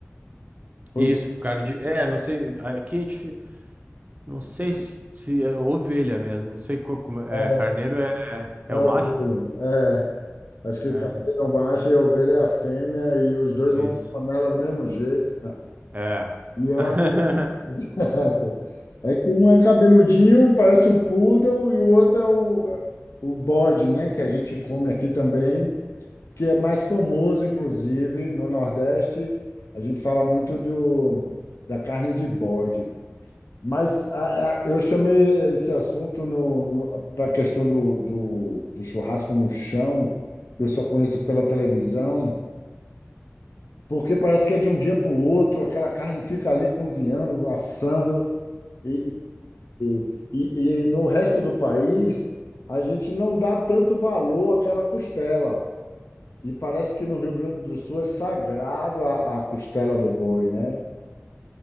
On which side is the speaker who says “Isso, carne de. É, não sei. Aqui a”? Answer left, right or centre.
Right